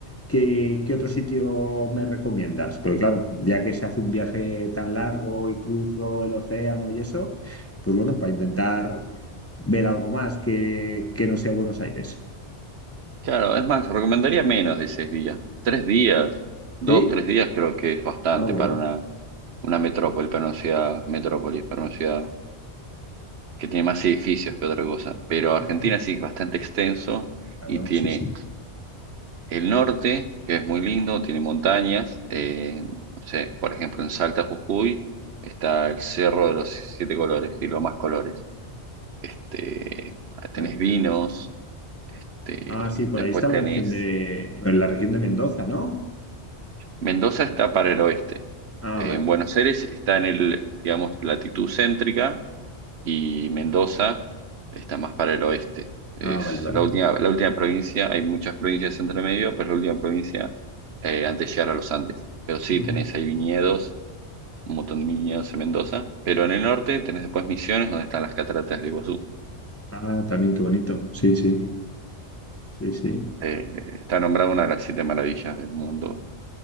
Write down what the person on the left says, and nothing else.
¿qué, qué otro sitio me recomiendas? Porque claro, ya que se hace un viaje tan largo y cruzo el océano y eso, pues bueno, para intentar ver algo más que, que no sea Buenos Aires.
¿Sí?
Ah, bueno.
Ujú.
Claro,
sí, sí.
Vale.
Ah, sí, por
ahí está
la región de, en la región de Mendoza, ¿no?
Ah,
vale.
Ah, vale, vale.
Ujú.
Ah, también qué bonito. Sí, sí. Sí, sí.